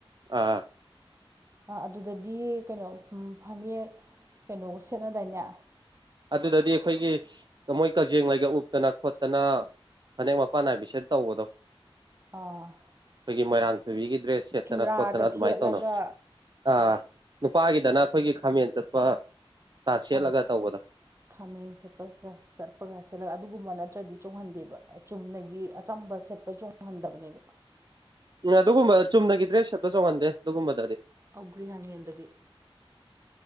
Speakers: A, on the right; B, on the right.
A: ꯑꯥ
B: ꯑꯗꯨꯗꯗꯤ ꯀꯩꯅꯣ ꯐꯅꯦꯛ ꯀꯩꯅꯣ ꯁꯦꯠꯅꯗꯥꯏꯅꯦ
A: ꯑꯗꯨꯗꯗꯤ ꯑꯩꯈꯣꯏꯒꯤ ꯃꯣꯏ ꯀꯖꯦꯡ ꯂꯩꯒ ꯎꯞꯇꯅ ꯈꯣꯠꯇꯅ ꯐꯅꯦꯛ ꯃꯄꯥꯟ ꯅꯥꯏꯕꯤꯁꯦꯠ ꯇꯧꯕꯗꯣ
B: ꯑꯥ
A: ꯑꯩꯈꯣꯏꯒꯤ ꯃꯣꯏꯔꯥꯡ ꯊꯣꯏꯕꯤꯒꯤ ꯗ꯭ꯔꯦꯁ ꯁꯦꯠꯇꯅ
B: ꯆꯨꯔꯥꯒ
A: ꯈꯣꯠꯇꯅ ꯑꯗꯨꯃꯥꯏꯅ
B: ꯊꯦꯠꯂꯒ
A: ꯇꯧꯅ ꯑꯥ ꯅꯨꯄꯥꯒꯤꯗꯅ ꯑꯩꯈꯣꯏꯒꯤ ꯈꯥꯃꯦꯟ ꯆꯠꯄ ꯀꯥ ꯁꯦꯠꯂꯒ
B: ꯑꯧ
A: ꯇꯧꯕꯗꯣ
B: ꯈꯥꯃꯦꯟ ꯁꯦꯠꯄꯒ ꯆꯠꯄꯒ ꯁꯦꯠꯂꯒ ꯑꯗꯨꯒꯨꯝꯕ ꯅꯠꯇ꯭ꯔꯗꯤ ꯆꯣꯡꯍꯟꯗꯦꯕ ꯆꯨꯝꯅꯒꯤ ꯑꯆꯝꯕ ꯁꯦꯠꯄ ꯆꯣꯡꯍꯟꯗꯕꯅꯦꯕ
A: ꯎꯝ ꯑꯗꯨꯒꯨꯝꯕ ꯆꯨꯝꯅꯒꯤ ꯗ꯭ꯔꯦꯁ ꯁꯦꯞꯇꯣ ꯆꯣꯡꯍꯟꯗꯦ ꯑꯗꯨꯒꯨꯝꯕꯗꯗꯤ
B: ꯑꯒ꯭ꯔꯤ ꯍꯥꯡꯉꯦꯟꯗꯗꯤ